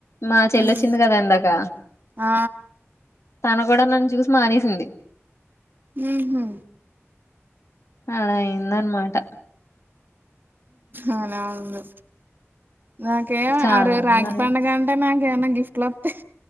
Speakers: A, on the left (about 65°); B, on the right (about 40°).
A: మా చెల్లొచ్చింది
B: ఉమ్
A: కదా ఇందాక
B: ఆ
A: తను కూడా నన్ను చూసి మానేసింది
B: ఉహు
A: అలా ఐందనమాట
B: అవునా ఉండు నాకేం
A: చాలా
B: ఆ రోజు రాఖీ
A: మరి
B: పండుగ అంటే నాక్ కె అన్న గిఫ్ట్లోత్తాయ్